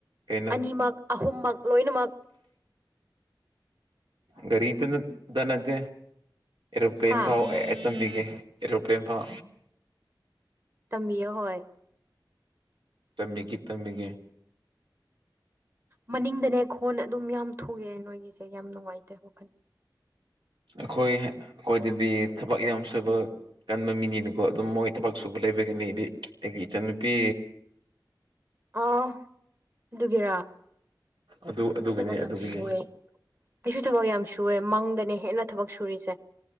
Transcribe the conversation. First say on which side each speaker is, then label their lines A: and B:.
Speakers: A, on the right (about 85°); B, on the right (about 35°).
A: ꯀꯩꯅꯣ
B: ꯑꯅꯤꯃꯛ ꯑꯍꯨꯝꯃꯛ ꯂꯣꯏꯅꯃꯛ
A: ꯒꯥꯔꯤꯗꯨꯗ ꯅꯠꯇꯦ ꯑꯦꯔꯣꯄ꯭ꯂꯦꯟ
B: ꯍꯥ
A: ꯐꯥꯎ ꯇꯝꯕꯤꯒꯦ ꯑꯦꯔꯣꯄ꯭ꯂꯦꯟꯐꯥꯎ
B: ꯇꯝꯕꯤꯌꯣ ꯍꯣꯏ
A: ꯇꯝꯃꯤꯒꯦ ꯇꯝꯕꯤꯒꯦ
B: ꯃꯅꯤꯡꯗꯅꯦ ꯈꯣꯟ ꯑꯗꯨꯝ ꯌꯥꯝ ꯊꯣꯛꯑꯦ ꯅꯣꯏꯒꯤꯁꯦ ꯌꯥꯝ ꯅꯨꯡꯉꯥꯏꯇꯦ ꯋꯥꯈꯜ
A: ꯑꯩꯈꯣꯏ ꯑꯩꯈꯣꯏꯗꯗꯤ ꯊꯕꯛ ꯌꯥꯝ ꯁꯨꯕ ꯀꯟꯕ ꯃꯤꯅꯤꯅꯀꯣ ꯑꯗꯨꯝ ꯃꯣꯏ ꯊꯕꯛ ꯁꯨꯕ ꯂꯩꯕꯒꯤꯅꯤ ꯑꯩꯒꯤ ꯏꯆꯟꯅꯨꯄꯤ
B: ꯑ ꯑꯗꯨꯒꯤꯔꯥ
A: ꯑꯗꯨ
B: ꯑꯩꯈꯣꯏꯁꯨ
A: ꯑꯗꯨꯒꯤꯅꯤ
B: ꯊꯕꯛ ꯌꯥꯝ
A: ꯑꯗꯨꯒꯤꯅꯤ
B: ꯁꯨꯑꯦ ꯑꯩꯁꯨ ꯊꯕꯛ ꯌꯥꯝ ꯁꯨꯋꯦ ꯃꯪꯗꯅꯦ ꯍꯦꯟꯅ ꯊꯕꯛ ꯁꯨꯔꯤꯁꯦ